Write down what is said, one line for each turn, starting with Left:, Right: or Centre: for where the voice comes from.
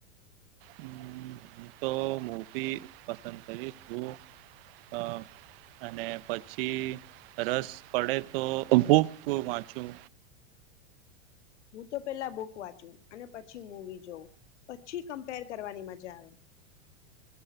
Right: હમ, હું તો મુવી પસંદ કરીશું અને પછી રસ પડે તો બુક વાંચું
Left: હું તો પેલા બુક વાંચુ અને પછી મૂવી જોઉ પછી કમ્પેર કરવાની મજા આવે